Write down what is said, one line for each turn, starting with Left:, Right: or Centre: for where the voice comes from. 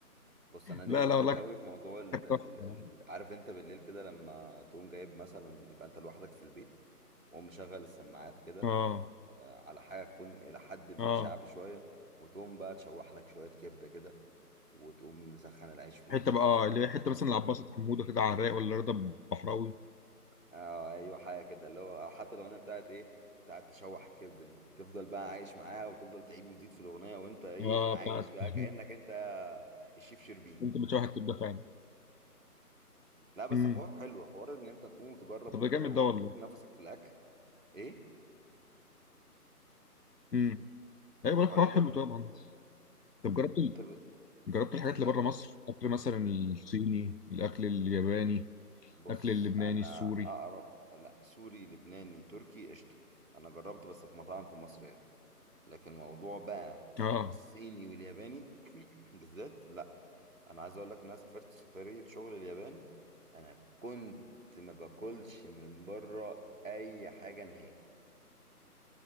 Right: بص انا ليا
Left: لا
Right: مزاج
Left: لا والله
Right: قوي في موضوع ال...
Left: كانت
Right: ال...
Left: تحفة
Right: ال...
Left: يا عم
Right: عارف انت بالليل كده لما تقوم جايب مثلا يبقى انت لوحدك في البيت وقوم مشغل السماعات كده
Left: اه
Right: آه، على حاجه تكون الى حد ما
Left: اه
Right: شعبي شويه وتقوم بقى تشوح لك شويه كبده كده وتقوم مسخن العيش فيهم
Left: حتة بقى آه، اللي هي حتة مثلا العباسة حمودة كده على الرايق ولا رضا بحراوي
Right: اه ايوه حاجه كده اللي هو او حتى الاغنيه بتاعت ايه بتاعت تشوح الكبده دي تفضل بقى عايش معاها وتفضل تعيد وتزيد في الاغنيه وانت ايه
Left: اه
Right: عايش
Left: بتاعت
Right: بقى
Left: <laughs>
Right: كانك انت الشيف شربيني
Left: انت بتشوح الكبدة فعلا
Right: لا بس
Left: امم
Right: حوار حلو حوار ان انت تقوم وتجرب
Left: طب
Right: وكده
Left: ده جامد
Right: وتشوف
Left: ده والله
Right: نفسك في الاكل ايه
Left: امم ايوه بقول لك
Right: حوار
Left: حوار
Right: انت
Left: حلو طبعا طب جربت ال-
Right: انت ب...
Left: جربت الحاجات
Right: انت
Left: اللي بره مصر اكل مثلا الصيني الاكل الياباني
Right: بص
Left: الاكل اللبناني
Right: انا
Left: السوري
Right: اقرب لا سوري لبناني تركي قشطه انا جربت بس في مطاعم في مصر هنا لكن موضوع بقى
Left: اه
Right: الصيني والياباني <clears throat> بالذات لا انا عايز اقول لك ان انا سافرت سفريه شغل اليابان انا كنت ما باكلش من بره اي حاجه نهائي